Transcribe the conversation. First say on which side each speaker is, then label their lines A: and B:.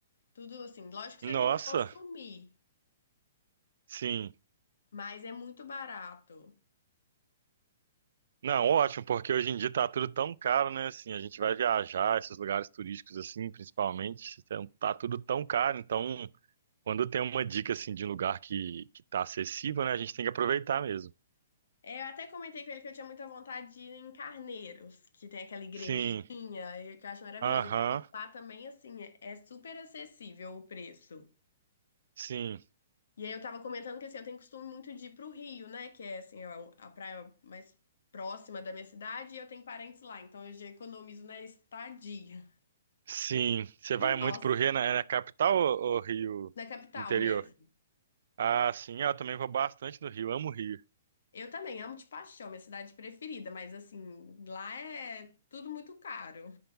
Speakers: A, on the left; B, on the right.
A: tudo assim. Lógico que você
B: Nossa,
A: tem que consumir.
B: sim.
A: Mas é muito barato.
B: Não, ótimo, porque hoje em dia tá tudo tão caro, né? Assim, a gente vai viajar, esses lugares turísticos, assim, principalmente, então, tá tudo tão caro. Então, quando tem uma dica, assim, de um lugar que, que tá acessível, né? A gente tem que aproveitar mesmo.
A: É, Eu até comentei com ele que eu tinha muita vontade de ir em Carneiros, que tem aquela igrejinha,
B: Sim,
A: e que eu acho maravilhoso.
B: aham,
A: Ele falou que Lá também, assim, é é super acessível o preço.
B: sim,
A: E aí eu tava comentando que, assim, eu tenho costume muito de ir pro Rio, né? Que é, assim, a, a praia mais próxima da minha cidade, e eu tenho parentes lá, então eu já economizo na estadia.
B: sim. Você
A: E
B: vai
A: nós,
B: muito pro Rio, na, é na capital ou, ou Rio
A: na capital
B: interior?
A: mesmo.
B: Ah, sim, ah, eu também vou bastante no Rio, amo o Rio.
A: Eu também amo de paixão, minha cidade preferida, mas, assim, lá é tudo muito caro.